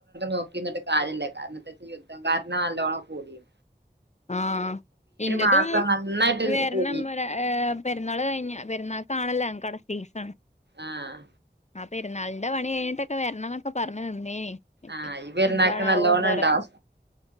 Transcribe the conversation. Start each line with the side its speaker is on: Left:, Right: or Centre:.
Right: നോക്കിന്നിട്ട് കാര്യല്ല കാരണം എന്താ വച്ചാ യുദ്ധംകാരണം ആണല്ലോ നല്ലോണം കൂടിയേ
Left: ആഹ് ഇന്റേതും
Right: മാസം നന്നായിട്ട്
Left: വര്ണം
Right: കൂടി
Left: പറ ഏഹ് പെരുന്നാൾ കഴിഞ്ഞ പെരുന്നാൾക്കാണല്ലോ ഞങ്ങക്ക് ഔടെ സീസൺ
Right: ആഹ്
Left: ആ പെരുന്നാളിന്റെ പണി കഴിഞ്ഞിട്ടൊക്കെ വരണംന്നൊക്കെ പറഞ്ഞ് നിന്നിനി
Right: ആഹ് ഈ പെരുന്നാക്ക്
Left: എന്താണാവോ
Right: നല്ലോണം
Left: എന്താ പറ
Right: ഇണ്ടാവും